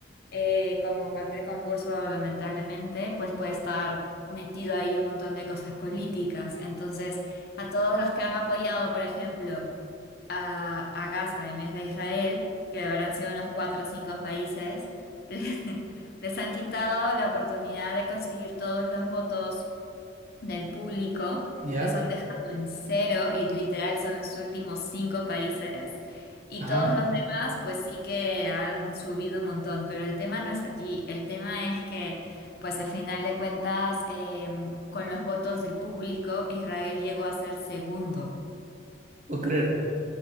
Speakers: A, on the left; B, on the right.
A: eh, como cualquier concurso, lamentablemente, pues puede estar metido ahí un montón de cosas políticas. Entonces, a todos los que han apoyado, por ejemplo, a, a Gaza en vez de Israel, que habrán sido unos cuatro o cinco países, <laughs> les, les han quitado la oportunidad de conseguir todos los votos del público,
B: ya,
A: los han dejado en cero y literal son los últimos cinco países. Y
B: ajá,
A: todos los demás, pues sí que han subido un montón, pero el tema no es allí. El tema es que, pues al final de cuentas, em, con los votos del público, Israel llegó a ser segundo.
B: puedo creer.